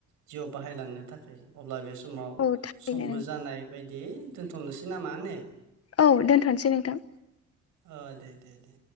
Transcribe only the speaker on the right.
जिउआव बाहायलांनो थाखाय। अब्ला बे समाव
समबो जानाय बायदि दोनथ'नोसै नामा ने?
ओ दे दे दे।